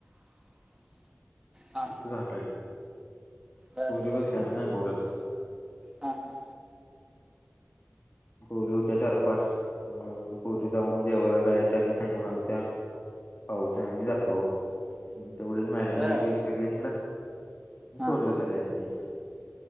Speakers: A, on the right; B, on the left.
A: हा
B: झाट
A: बर
B: पूर्व सेनाना बोलत <inaudible>
A: हा हा
B: पोरी होत्या चार पाच अ पोरी जाऊन देवाला जायच्या आधी सांगून आलत्या. पाऊस आहे मही जातो तेवढच मॅडमने
A: बर
B: एकलेक्शर घेतलं.
A: हा
B: सोडल सगळ्यास मीच